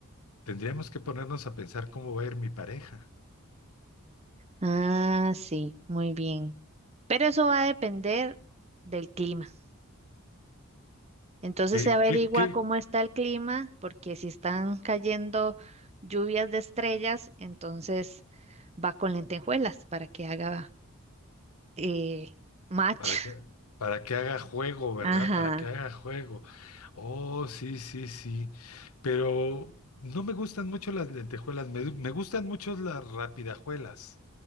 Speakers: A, on the left; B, on the right.
A: tendríamos que ponernos a pensar cómo va a ir mi pareja.
B: Ah, sí, muy bien. Pero eso va a depender del clima. Entonces
A: ¿Qué,
B: se averigua
A: qué, qué?
B: cómo está el clima, porque si están cayendo lluvias de estrellas, entonces va con lentejuelas para que haga eh, match.
A: Para
B: <laughs>
A: que, para que haga juego, ¿verdad?
B: Ajá.
A: Para que haga juego. Oh, sí, sí, sí. Pero no me gustan mucho las lentejuelas, me, me gustan mucho las rapidajuelas.